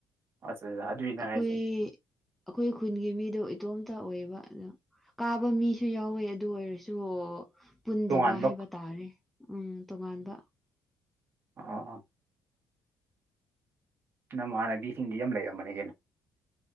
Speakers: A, on the right; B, in the centre.
A: ꯑꯗꯨꯗ ꯑꯗꯨꯏꯅꯦ
B: ꯑꯈꯣꯏ
A: ꯍꯥꯏꯁꯦ
B: ꯑꯈꯣꯏ ꯈꯨꯟꯒꯤ ꯃꯤꯗꯣ ꯏꯇꯣꯝ ꯇꯥ ꯑꯣꯏꯕ ꯑꯗ ꯀꯥꯕ ꯃꯤꯁꯨ ꯌꯥꯎꯋꯦ ꯑꯗꯨ ꯑꯣꯏꯔꯁꯨ ꯄꯨꯟꯗꯕ
A: ꯇꯣꯉꯥꯟꯕ
B: ꯍꯥꯏꯕ ꯇꯥꯔꯦ ꯎꯝ ꯇꯣꯉꯥꯟꯕ
A: ꯑꯥ ꯑꯥ ꯅꯃꯥꯟꯅꯕꯤꯁꯤꯡꯗꯤ ꯌꯃ ꯂꯩꯔꯝꯃꯥꯅꯦ ꯀꯩꯅꯣ